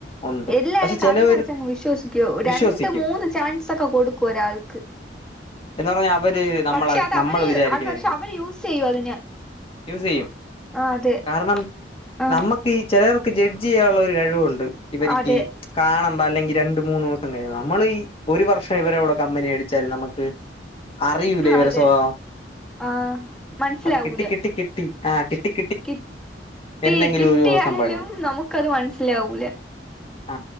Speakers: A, on the left; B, in the centre.
A: ഉണ്ട്
B: എല്ലാരേും
A: പക്ഷെ
B: കണ്ണടച്ചങ്ങ്
A: ചിലവര്
B: വിശ്വസിക്കുവ
A: വിശ്വസിക്കും
B: രണ്ട് മൂന്ന് ചാൻസ് ഒക്കെ കൊടുക്കും ഒരാൾക്ക്
A: പ്പോ അവൻ
B: പക്ഷെ അത്
A: നമ്മൾ
B: അവര്
A: വിചാരിക്കരിക്ക
B: അത് പക്ഷെ അവര് യൂസ് ചെയ്യും അതിന്
A: യസ് ചെയ്യും
B: ആ അതെ
A: കാരണം
B: ആ
A: നമ്മക്ക് ഈ ചിലർ ക്ക് ജഡ് ചെയ്യാനുള്ള ഒരു കഴിവുംുണ്ട് ഇവരിക്ക്
B: അതെ
A: കാണാ അല്ലെങ്കി രണ്ട്, മൂന്നൂസം കഴിയണം. നമ്മളീ ഒരു വർഷം ഇവരടെ കമ്പനി അടിച്ചാല് നമുക്ക് അറിയൂലേ ഇവരെ
B: അതെ
A: സോവാവം.
B: ആ മനസ്സിലാവൂല
A: അത് കിട്ടി കിട്ടി കിട്ടി ആഹ് കിട്ടി
B: കിട്ടി
A: എന്നെങ്കിലും
B: കിട്ടിയാലും
A: ഒരു ദിവസം പഠിക്കും
B: നമുക്ക്ത് മനസ്സിലാവൂല
A: ആ